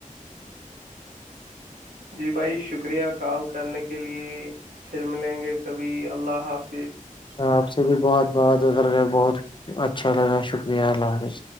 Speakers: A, on the right (about 80°); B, on the left (about 35°).
A: جی بھائی شکریہ کال کرنے کے لیے پھر ملیں گے کبھی اللہ حاف
B: آپ سے بھی بہت بہات ادر گ بہت اچھا لگا شکریہ اللہ حافظ